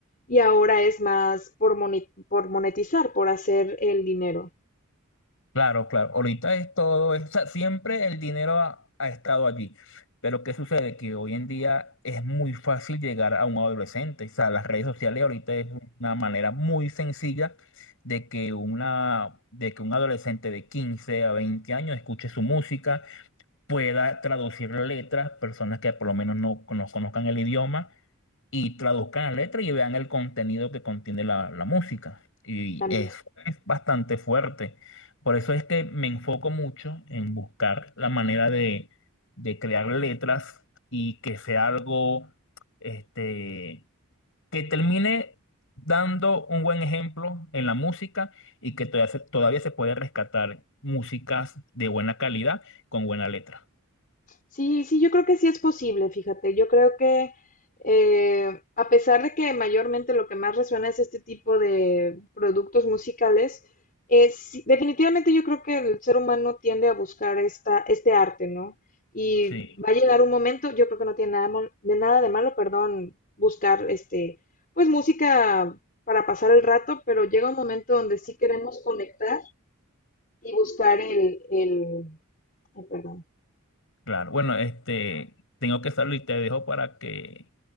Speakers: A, on the left (about 40°); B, on the left (about 65°).
A: y ahora es más por, moni- por monetizar, por hacer el dinero
B: Claro, claro. Ahorita es todo, es- o sea, siempre el dinero ha, ha estado allí. Pero ¿qué sucede? Que hoy en día es muy fácil llegar a un adolescente. O sea, las redes sociales ahorita es una manera muy sencilla de que una, de que un adolescente de 15 a 20 años escuche su música pueda traducir letras, personas que por lo menos no, no conozcan el idioma y traduzcan la letra y vean el contenido que contiene la, la música. Y
A: también.
B: eso es bastante fuerte. Por eso es que me enfoco mucho en buscar la manera de, de crear letras y que sea algo este, que termine dando un buen ejemplo en la música y que todavía se, todavía se puede rescatar músicas de buena calidad con buena letra.
A: Sí, sí, yo creo que sí es posible, fíjate. Yo creo que eh, a pesar de que mayormente lo que más resuena es este tipo de productos musicales, es, sí, definitivamente yo creo que el ser humano tiende a buscar esta, este arte, ¿no? Y
B: Sí,
A: va a llegar un momento, yo creo que no tiene nada mal- de nada de malo, perdón, buscar este, pues música para pasar el rato, pero llega un momento donde sí queremos conectar y buscar el, el, ay, perdón
B: claro. Bueno, este, tengo que salir, y te dejo para que